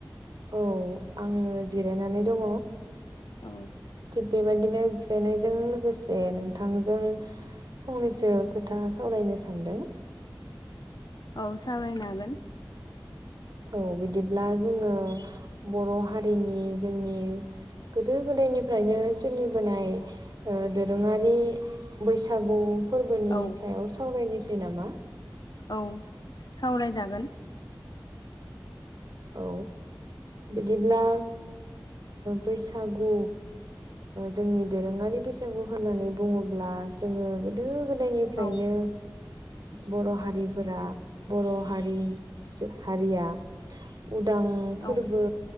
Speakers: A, on the right; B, on the left.
A: औ आङो जिरायनानै दङ।
B: औ
A: थिग बेबदिनो जिरायनायजों लोगोसे नोंथांजों फंनैसो खोथा सावरायनो सानदों।
B: औ सावरायनो हागोन।
A: औ बिदिब्ला जोङो बर' हारिनि जोंनि गोदो गोदायनिफ्रायनो सोलिबोनाय दोरोङारि बैसागु फोरबोनि
B: औ
A: सायाव सावरायनोसै नामा
B: औ सावरायजागोन।
A: औ बिदिब्ला बैसागु जोंनि दोरोङारि बैसागु होननानै बुङोब्ला जोङो गोदो गोदायनिफ्रायनो
B: औ
A: बर' हारिफोरा बर' हारि हारिया उदां फोरबो
B: औ